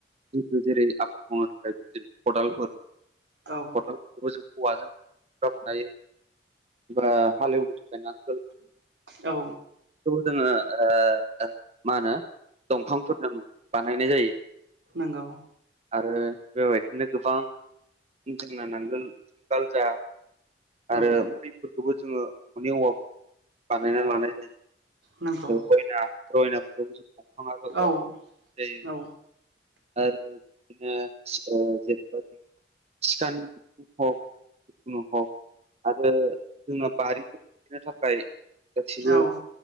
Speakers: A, on the right; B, on the right.
A: <unintelligible> जेरै आबाद मावनो थाखाय बि खदालफोर खदाल
B: औ
A: बेखौबो जों हौवाजों बानायो बा हालेवनो थाखाय नांगोल।
B: औ।
A: बेखौबो जोङो ओ मा होनो दंफांफोरजों बानायनाय जायो
B: नोंगौ।
A: आरो बेबायदिनो गोबां जोंना नांगोल जुंगाल जा आरो
B: औ
A: मुलिफोरखौबो जोङो न'नि औवाफोर बानायना लानाय जायो
B: नंगौ
A: रयना रयनाखौबो जों दंफां आरो औवा
B: औ
A: जों <unintelligible> जायो
B: औ
A: आरो बिदिनो जेनेबा जों सिखानि बिखुं हक जिखुनु हक आरो जोंना बारि <unintelligible> नो थाखाय गासिबो
B: औ